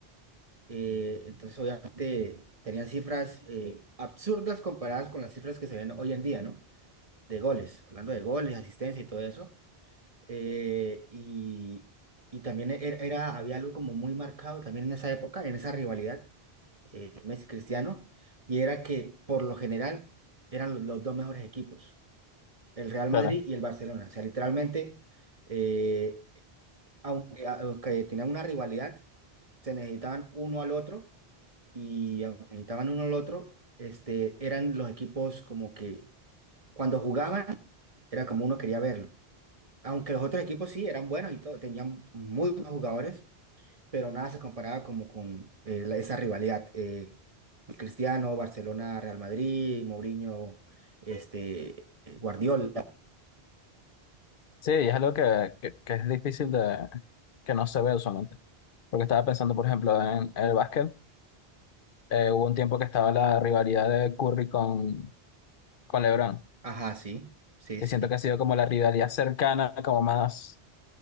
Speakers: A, on the right; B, on the left.
A: eh, entonces obviamente tenían cifras eh, absurdas comparadas con las cifras que se ven hoy en día, ¿no? De goles, hablando de goles, asistencia y todo eso. eh, y, y también era, era- había algo como muy marcado también en esa época, en esa rivalidad eh, Messi Cristiano, y era que por lo general eran los, los dos mejores equipos, el Real
B: Claro.
A: Madrid y el Barcelona. O sea, literalmente, eh, aunque, aunque tenían una rivalidad, se necesitaban uno al otro y aunque necesitaban uno al otro, este, eran los equipos como que cuando jugaban era como uno quería verlo. Aunque los otros equipos sí eran buenos y todo, tenían muy buenos jugadores, pero nada se comparaba como con eh, la- esa rivalidad. eh, Cristiano, Barcelona, Real Madrid, Mourinho, este, eh, Guardiola.
B: Sí, es algo que, que, que es difícil de, que no se ve usualmente. Porque estaba pensando, por ejemplo, en el básquet. Eh, hubo un tiempo que estaba la rivalidad de Curry con, con LeBron,
A: Ajá, sí, sí,
B: que
A: sí.
B: siento que ha sido como la rivalidad cercana, como más,